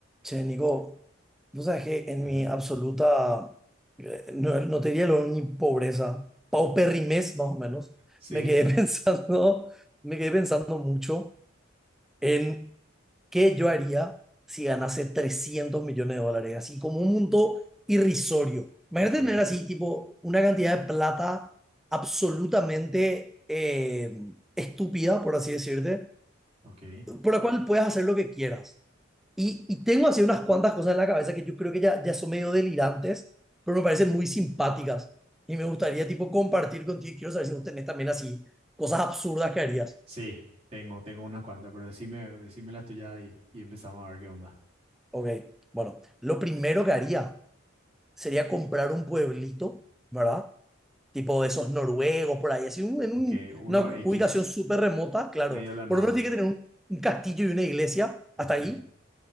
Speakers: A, in the centre; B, on the right (about 30°).
A: Che, Nico, vos sabés que en
B: Ujú.
A: mi absoluta, eh, no, no te diría lo- ni pobreza, pauperrimez más o menos,
B: Sí,
A: me quedé <laughs> pensando, me quedé pensando mucho en qué yo haría si ganase 300 millones de dólares, así como un monto irrisorio. Imagínate
B: ok,
A: tener así, tipo, una cantidad de plata absolutamente eh, estúpida, por así decirte,
B: ok.
A: por la cual puedes hacer lo que quieras. Y, y tengo así unas cuantas cosas en la cabeza que yo creo que ya, ya son medio delirantes, pero me parecen muy simpáticas. Y me gustaría, tipo, compartir contigo. Quiero saber si vos tenés también así cosas absurdas que harías.
B: Sí, tengo, tengo unas cuantas, pero decime, decime las tuyas y, y empezamos a ver qué onda.
A: Ok, bueno, lo primero que haría sería comprar un pueblito, ¿verdad? Tipo de esos noruegos por ahí, así un- en
B: Ok,
A: un-
B: uno
A: una
B: x
A: ubicación súper remota, claro.
B: medio de la nada.
A: Por otro, tiene que tener un, un castillo y una iglesia
B: Ujú.
A: hasta ahí.